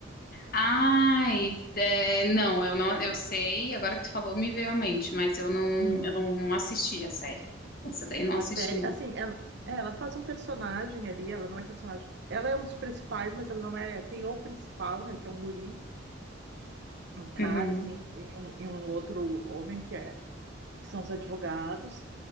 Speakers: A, on the left (about 50°); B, on the right (about 60°).
A: Ai, é, não, eu não, eu sei, agora que tu falou me veio à mente, mas eu não,
B: Uhum.
A: eu não assisti a série. Essa daí eu não
B: A
A: assisti,
B: série,
A: não.
B: assim, ela, é, ela faz um personagem ali, ela não é personagem. Ela é um dos principais, mas ela não é. Tem o principal, né? Que é um guri, um cara,
A: Uhum,
B: assim, e um, e um outro homem que é, que são os advogados.